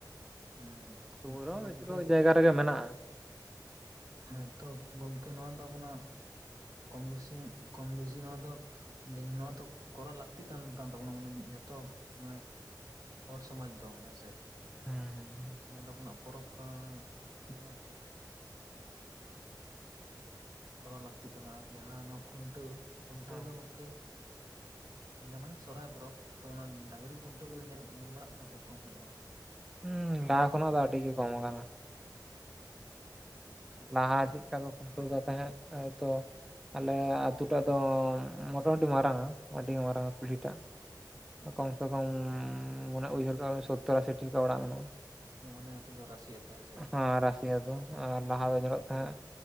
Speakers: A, on the right (about 55°); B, in the centre.
A: ᱦᱮᱸ
B: ᱛᱩᱵᱩ
A: ᱠᱤᱱᱛᱩ
B: ᱨᱮᱦᱚᱸ
A: ᱜᱚᱢᱠᱮ
B: ᱵᱮᱥᱤᱨ ᱵᱷᱟᱜᱽ ᱡᱟᱭᱜᱟ ᱨᱮᱜᱮ ᱢᱮᱱᱟᱜᱼᱟ᱾
A: ᱦᱮᱸ ᱛᱚ ᱜᱚᱢᱠᱮ ᱱᱚᱣᱟ ᱫᱚ ᱟᱵᱚᱱᱟᱜ ᱠᱚᱢ ᱵᱮᱥᱤ ᱠᱚᱢ ᱵᱮᱥᱤ ᱱᱚᱣᱟ ᱫᱚ ᱡᱮ ᱱᱚᱣᱟ ᱫᱚ ᱠᱚᱨᱟᱣ ᱞᱟᱹᱠᱛᱤᱜ ᱠᱟᱱ ᱠᱟᱱ ᱛᱟᱵᱚᱱᱟ ᱢᱟᱱᱮ ᱡᱚᱛᱚ ᱢᱟᱱᱮ ᱦᱚᱲ ᱥᱚᱢᱟᱡᱽ ᱫᱚ ᱦᱮᱸ ᱥᱮ,
B: ᱦᱩᱸ
A: ᱱᱚᱣᱟ ᱫᱚ ᱟᱵᱚᱱᱟᱜ ᱯᱚᱨᱚᱵᱽ ᱠᱟᱱᱟ ᱱᱚᱣᱟ ᱠᱚᱫᱚ ᱠᱚᱨᱟᱣ ᱞᱟᱹᱠᱛᱤᱜ ᱠᱟᱱᱟ᱾ ᱟᱨ ᱡᱟᱦᱟᱸ ᱱᱚᱣᱟ ᱠᱷᱩᱱᱴᱟᱹᱣ ᱠᱷᱩᱱᱴᱟᱹᱣ
B: ᱦᱩᱸ
A: ᱫᱚ ᱜᱚᱢᱠᱮ ᱡᱮᱢᱚᱱ ᱥᱚᱨᱦᱟᱭ ᱯᱚᱨᱚᱵᱽ ᱛᱚ ᱚᱱᱟ ᱰᱟᱹᱝᱨᱤ ᱠᱷᱩᱱᱴᱟᱹᱣ ᱠᱚᱫᱚ ᱧᱮᱞ ᱧᱮᱞ ᱵᱟᱲᱟᱜ ᱠᱟᱱᱟ ᱥᱮ ᱠᱚᱢ ᱦᱮᱡ ᱟᱠᱟᱱᱟ?
B: ᱦᱩᱸ ᱞᱟᱦᱟ ᱠᱷᱚᱱᱟᱜ ᱫᱚ ᱟᱹᱰᱤ ᱜᱮ ᱠᱚᱢ ᱟᱠᱟᱱᱟ᱾
A: <unintelligible>
B: ᱞᱟᱦᱟ ᱪᱮᱫᱠᱟ ᱠᱚ ᱠᱷᱩᱱᱴᱟᱹᱣ ᱠᱩ ᱛᱟᱦᱮᱸᱫ ᱮᱻ ᱛᱚ ᱟᱞᱮ ᱟᱛᱩ ᱴᱟᱜ ᱫᱚ ᱢᱚᱴᱟᱢᱩᱴᱤ ᱢᱟᱨᱟᱝ-ᱟ ᱟᱹᱰᱤ ᱢᱟᱨᱟᱝᱼᱟ ᱠᱩᱞᱦᱤ ᱴᱟᱜ ᱾
A: ᱦᱮᱸ
B: ᱠᱚᱢ ᱥᱮ ᱠᱚᱢ ᱩᱱᱟᱹᱜ ᱩᱭᱦᱟᱹᱨ ᱠᱟᱜ ᱢᱮ ᱥᱳᱛᱛᱚᱨ ᱟᱥᱤᱴᱤ ᱞᱮᱠᱟ ᱚᱲᱟᱜ ᱢᱮᱱᱟᱜᱼᱟ᱾
A: ᱛᱚ ᱢᱟᱱᱮ ᱟᱯᱮ ᱫᱚ ᱨᱟᱹᱥᱤ ᱟᱛᱳ ᱦᱮᱸᱥᱮ
B: ᱦᱮᱸ ᱨᱟᱥᱤᱭᱟ ᱫᱚ ᱟᱨ ᱞᱟᱦᱟ ᱫᱚ ᱧᱮᱞᱚᱜ ᱛᱟᱦᱮᱸᱫ